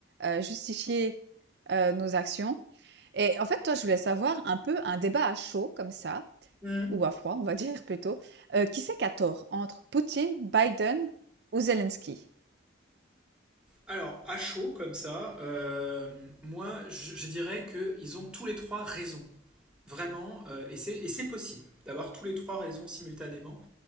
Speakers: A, on the right (about 55°); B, in the centre.
A: heu, justifier, heu, nos actions. Et en fait, toi, je voulais savoir un peu un débat à chaud comme ça,
B: Mhm.
A: ou à froid, on va <laughs> dire plutôt. Heu, qui c'est qui a tort entre Poutine, Biden ou Zelensky?
B: Alors, à chaud comme ça, euh, moi, je, je dirais qu'ils ont tous les trois raison. Vraiment, euh, et c'est et c'est possible d'avoir tous les trois raisons simultanément.